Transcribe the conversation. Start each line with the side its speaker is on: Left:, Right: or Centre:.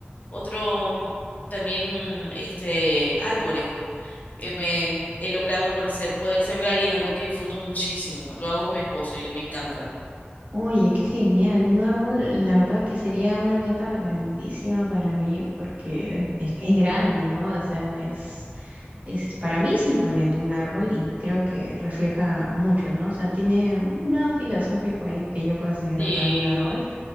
Left: otro mm, también este árboles que me he logrado poder, se- poder sembrar y es algo que disfruto muchísimo. Lo hago con mi esposo y me encanta.
Right: Oye, qué genial. Un árbol, la verdad que sería una meta grandísima para mí porque es, es grande, ¿no? O sea, es, es, para mí es imponente un árbol y creo que refleja mucho, ¿no? O sea, tiene un lado filosófico ahí que yo considero
Left: Sí.
Right: para un árbol